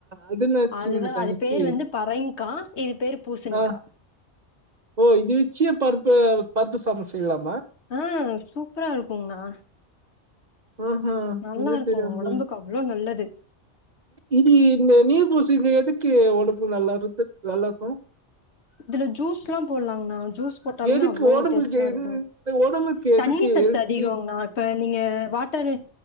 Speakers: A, on the right (about 40°); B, on the left (about 65°).
A: அதுன்னாச்சு
B: அதுதான்
A: உங்க தங்க்ச்சி
B: அது பேர் வந்து பறைங்கா இது பேர் பூசணிக்கா
A: ஆஹ் ஓ இது வெச்சு பாரு ப்ப பருத்த சாதம் செய்யலாம்
B: ஆஹ் சூப்பரா இருக்குங்கண்ணா
A: ஆஹ் ஹஎங்களுக்கு
B: நல்லா இருக்கும்
A: தெரியாம
B: உடம்புக்கு
A: போயிர்
B: அவ்வளோ நல்லது
A: இது இந்த நீல் பூசி இங்க எதுக் உடம்பு நல்லா இருந்தா நல்லா இருக்கும்
B: இதுல ஜூஸ்லாம் போடலாங்கண்ணா ஜூஸ் போட்டாலுமே
A: எதுக்கு
B: அவ்வளோ
A: உடம்புக்கேடு
B: டேஸ்டா இருக்கும்
A: உடம்புக்கு எதுக்கு
B: தண்ணி சத்து
A: ஏசி
B: அதிகங்கண்ணா இப்ப நீங்க வாட்டரு